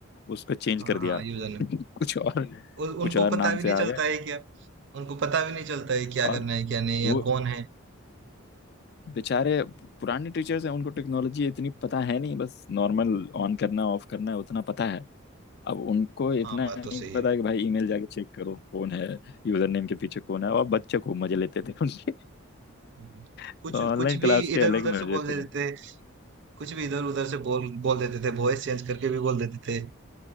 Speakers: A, on the left; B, on the right.
A: उसको चेंज
B: हाँ
A: कर दिया
B: हाँ यूजर
A: <laughs> कुछ और जी
B: उनको
A: कुछ और नाम
B: पता भी
A: से
B: नहीं
A: आ
B: चलता
A: गए
B: है क्या उनको पता भी नहीं चलता है क्या
A: और
B: करना है क्या नहीं या
A: वो
B: कौन है
A: बेचारे पुराने टीचर्स हैं उनको टेक्नोलॉजी इतनी पता है नहीं बस नॉर्मल ऑन करना ऑफ करना है उतना पता है अब उनको इतना
B: हाँ बात
A: नहीं
B: तो सही
A: पता
B: है
A: है कि भाई ईमेल जाके चेक करो कौन है यूजर नेम के पीछे कौन है और बच्चे खूब मजे लेते थे <laughs> उनके
B: हम्म।
A: तो
B: कुछ
A: ऑनलाइन
B: कुछ
A: क्लास
B: भी
A: के
B: इधर
A: अलग
B: उधर
A: ही
B: से
A: मजे
B: बोल देते
A: थे
B: थे कुछ भी इधर उधर से बोल बोल देते थे वॉइस चेंज करके भी बोल देते थे